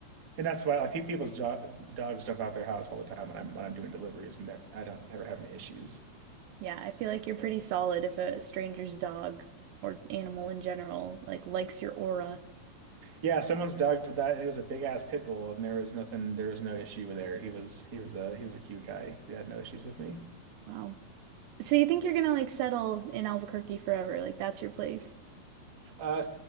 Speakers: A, on the right; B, on the right.
A: And that's why like pe- people's jo dogs jump out their house all the time when I'm when I'm doing deliveries, and that I don't ever have any issues.
B: Yeah, I feel like you're
A: So.
B: pretty solid if a stranger's dog or animal in general like likes your aura.
A: Yeah, someone's dog did that, and it was a big ass pit bull, and there was nothing, there was no issue there. He was he was a he was a cute guy. He had no issues with me.
B: Wow. So you think you're gonna like settle in Albuquerque forever? Like that's your place?
A: Uh,